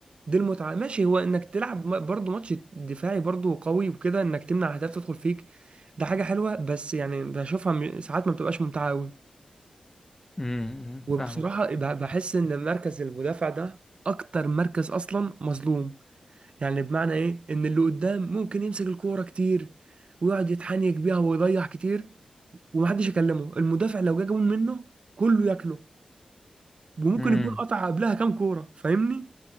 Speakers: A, on the right (about 50°); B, on the left (about 15°).
A: دي المتعه ماشي هو انك تلعب م- برضه ماتش دفاعي برضه قوي وكده انك تمنع اهداف تدخل فيك ده حاجه حلوه بس يعني بشوفها م- ساعات ما بتبقاش ممتعه قوي
B: امم
A: وبصراحه
B: فاهمك
A: بح- بحس ان مركز المدافع ده اكتر مركز اصلا مظلوم يعني بمعنى ايه ان اللي قدام ممكن يمسك الكوره كتير ويقعد يتحنيك بيها ويضيع كتير ومحدش يكلمه المدافع لو جه جون منه كله ياكله وممكن
B: امم
A: يكون قطع قبلها كام كوره فاهمني